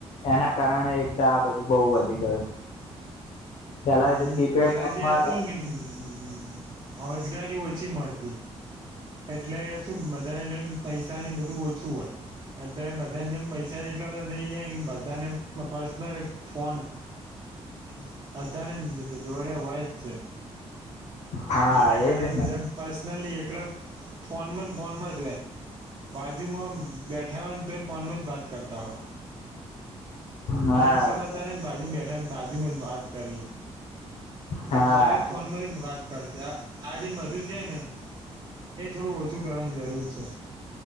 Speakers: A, on the left; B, on the right.
A: એના કારણે એક આ બધું બહુ વધી ગયું. પેલા
B: અને
A: જે કીપેડ
B: પેલા
A: ફોનમાં
B: જે હતું એમ કે હમ હોજગારી ઓછી મળતી એટલે શું બધાને જેમ પૈસા ને બધું ઓછું હોય અત્યારે બધાને જેમ પૈસા જેટલા બધા થઇ ગયા બધાને પર્સનલ ફોન <unintelligible> તો જોડે હોય જ છે.
A: હા
B: અને એના કારણે
A: એજ ને
B: બધા ફસ લી એકલા ફોન મં ફોન માં જ રહે બાજુમાં બેઠા હોય તો ફોનમાં જ વાત કરતા હોય.
A: હા
B: અને એમ સમજતા ને બાજુ બેઠા બાજુમાં જ વાત કરીએ.
A: હા
B: ડાયરેક્ટ ફોન કરીને વાત કરતા આ જે બધું છે ને એ થોડું ઓછું કરવાની જરૂર છે